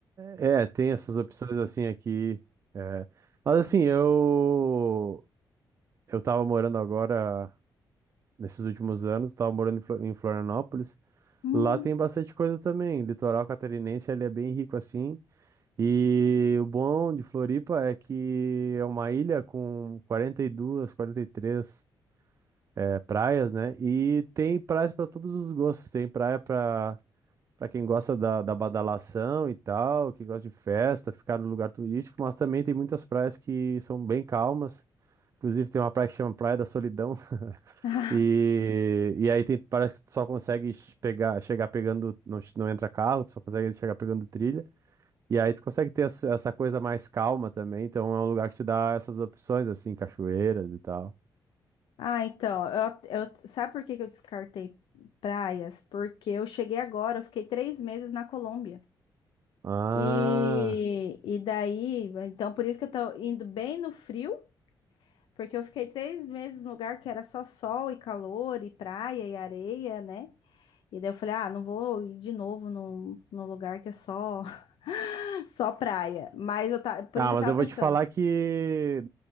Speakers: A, on the right; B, on the left.
A: É, tem essas opções assim aqui. é. Mas assim, eu eu tava morando agora, nesses últimos anos, tava morando em Flo- em Florianópolis.
B: Hum.
A: Lá tem bastante
B: <laughs>
A: coisa também. Litoral catarinense, ele é bem rico assim. E o bom de Floripa é que é uma ilha com 42, 43 é, praias, né? E tem praias para todos os gostos. Tem praia para Pra quem gosta da, da badalação e tal, quem gosta de festa, ficar no lugar turístico, mas também tem muitas praias que são bem calmas. Inclusive tem uma praia que chama Praia da Solidão. <laughs>
B: Ah,
A: E, e aí tem, parece que tu só consegue ch- pegar, chegar pegando, não, ch- não entra carro, tu só consegue chegar pegando trilha. E aí tu consegue ter essa, essa coisa mais calma também, então é um lugar que te dá essas opções, assim, cachoeiras e tal.
B: ah, então, eu, eu- sabe por que que eu descartei praias? Porque eu cheguei agora, eu fiquei três meses na Colômbia.
A: Ah,
B: E, e daí, então por isso que eu tô indo bem no frio, porque eu fiquei três meses num lugar que era só sol e calor e praia e areia, né? E daí eu falei, ah, não vou ir de novo num, num lugar que é só, <laughs> só praia. Mas eu tá, por
A: Ah,
B: isso que
A: mas
B: eu tava
A: eu vou
B: pensando.
A: te falar que